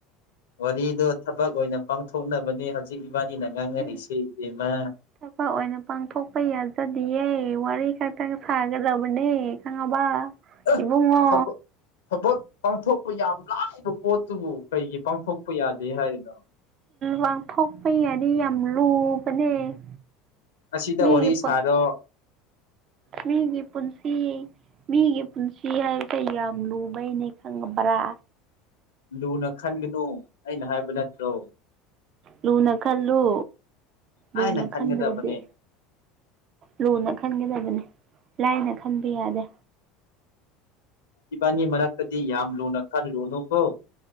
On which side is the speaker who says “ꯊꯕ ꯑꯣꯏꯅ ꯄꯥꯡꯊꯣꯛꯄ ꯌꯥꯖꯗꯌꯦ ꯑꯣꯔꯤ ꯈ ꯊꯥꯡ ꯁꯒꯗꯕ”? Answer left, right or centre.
Right